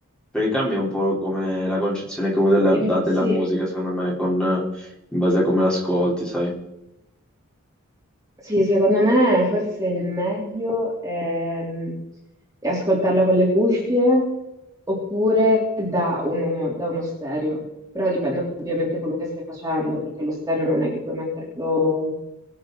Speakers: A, in the centre; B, on the right.
A: Perché cambia un po' come la concezione che uno della,
B: In-
A: dà della
B: sì,
A: musica, secondo me, con- in base a come l'ascolti, sai?
B: Sì, secondo me forse il meglio è, mm, è ascoltarla con le cuffie oppure da uno, da uno stereo. Però dipende ovviamente quello che stai facendo, perché lo stereo non è che puoi metterlo,